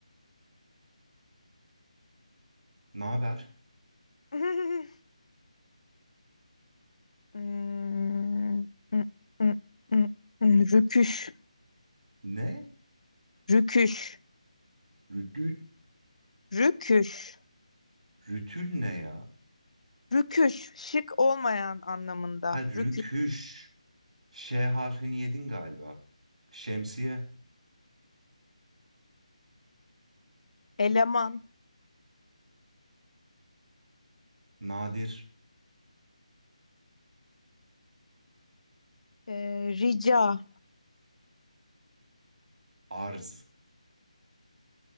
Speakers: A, on the right; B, on the left.
A: Ne haber?
B: <laughs> Hmm, mm, mm, mm, mm, rüküş,
A: Ne?
B: rüküş,
A: Rütül,
B: rüküş,
A: rütül ne ya?
B: rüküş, şık olmayan anlamında.
A: Ha rüküş.
B: Rüküş,
A: Ş harfini yedin galiba. Şemsiye.
B: eleman,
A: Nadir.
B: ee, rica,
A: Arz,